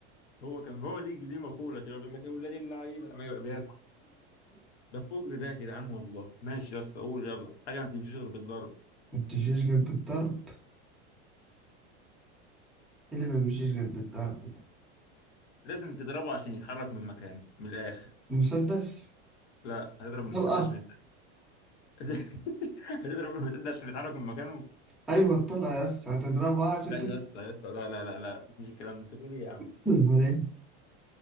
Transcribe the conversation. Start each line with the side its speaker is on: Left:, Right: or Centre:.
Left: هو كان هو ليه ليه مقوله كده بيقول لك يا ولاد اللعيبه لما يبقى بياكل ده فجر ده يا جدعان والله ماشي يا اسطى قول يلا حاجه ما تمشيش غير بالضرب
Centre: ما بتمشيش غير بالضرب إيه اللي ما بيمشيش غير بالضرب ده
Left: لازم تضربه عشان يتحرك من مكانه من الاخر
Centre: المسدس
Left: لا هتضرب
Centre: الطلقة
Left: المسدس عشان يتحرك <laughs> هتضرب المسدس عشان يتحرك من مكانه
Centre: ايوه الطلقه يا اسطى هتضربها عشان
Left: لا
Centre: تمشي
Left: يا اسطى يا اسطى لا لا لا لا مفيش الكلام ده انت بتقول ايه يا عم
Centre: <laughs> امال <clears throat> ايه